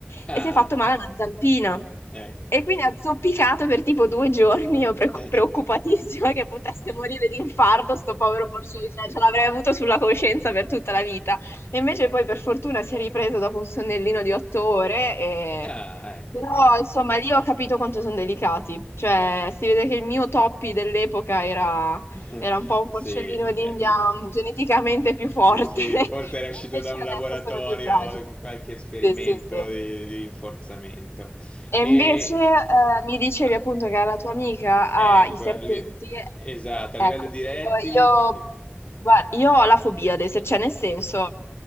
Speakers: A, on the left (about 25°); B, on the left (about 85°).
A: Ah,
B: e si è fatto male a una zampina.
A: ecco.
B: E quindi ha zoppicato per tipo due giorni, io pre-
A: <laughs>
B: preoccupatissima che potesse morire di infarto, sto povero porcino, cioè, ce l'avrei avuto sulla coscienza per tutta la vita. E invece poi per fortuna si è ripreso dopo un sonnellino di otto ore e...
A: Ah, ecco,
B: Però
A: ecco.
B: insomma lì ho capito quanto sono delicati, cioè si vede che il mio Toppi dell'epoca era,
A: <laughs>
B: era un po' un porcellino
A: Sì, eh,
B: d'India
A: mm,
B: mm, geneticamente più forte
A: eh, sì,
B: <laughs> e
A: forse era uscito
B: invece
A: da un
B: adesso
A: laboratorio
B: sono più fragili.
A: con qualche esperimento
B: Sì, sì, sì.
A: di, di rinforzamento.
B: E
A: E
B: invece eh, mi dicevi
A: ah,
B: appunto che la tua amica ha
A: ecco,
B: i serpenti.
A: a li- esatto,
B: Ecco,
A: a livello di
B: io,
A: rettili,
B: io,
A: che-
B: guarda, io ho la fobia adesso, cioè nel senso,